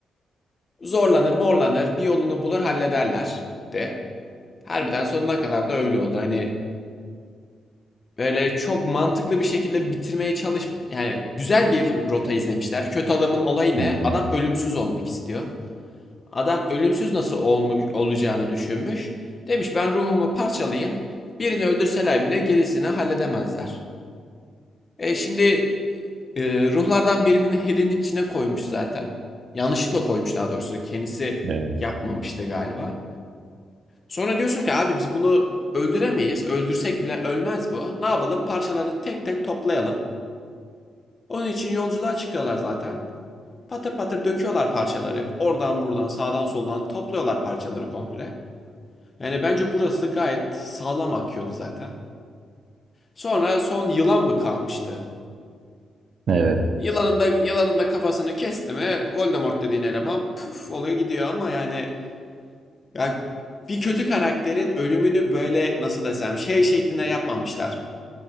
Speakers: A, on the left; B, on the right.
A: Zorlanır morlanır bir yolunu bulur hallederler de. Harbiden sonuna kadar da öyle oldu. Hani böyle çok mantıklı bir şekilde bitirmeye çalış yani güzel bir rota izlemişler. Kötü adamın olayı ne?
B: Hı hı.
A: Adam ölümsüz olmak istiyor. Adam ölümsüz nasıl olmuş, olacağını düşünmüş. Demiş ben ruhumu parçalayayım. Birini öldürseler bile gerisini halledemezler. E şimdi e, ruhlardan birinin hedinin içine koymuş zaten. Yanlışlıkla koymuş daha doğrusu. Kendisi
B: Evet.
A: yapmamıştı galiba. Sonra diyorsun ki abi biz bunu öldüremeyiz. Öldürsek bile ölmez bu. Ne yapalım? Parçalarını tek tek toplayalım. Onun için yolculuğa çıkıyorlar zaten. Patır patır döküyorlar parçaları. Oradan buradan sağdan soldan topluyorlar parçaları komple. Yani bence burası gayet sağlam akıyordu zaten. Sonra son yılan mı kalmıştı?
B: Evet.
A: Yılanın da, yılanın da kafasını kesti mi Voldemort dediğin eleman püf oluyor gidiyor ama yani ya bir kötü karakterin ölümünü böyle nasıl desem şey şeklinde yapmamışlar.